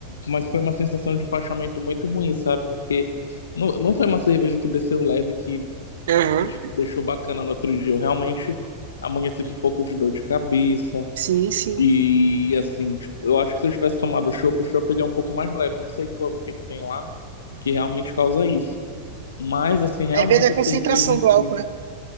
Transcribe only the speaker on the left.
mas foi uma sensação de empachamento muito ruim, sabe? Porque não, não foi uma cerveja que desceu leve que
que te deixou bacana no outro dia. Eu realmente amanheci com um pouco de dor de cabeça.
E assim, tipo, eu acho que se eu tivesse tomado chopp, o chopp ele é um pouco mais leve. Eu não sei qual- o que que tem lá que realmente causa isso. Mas assim, realmente
a
cerveja em si.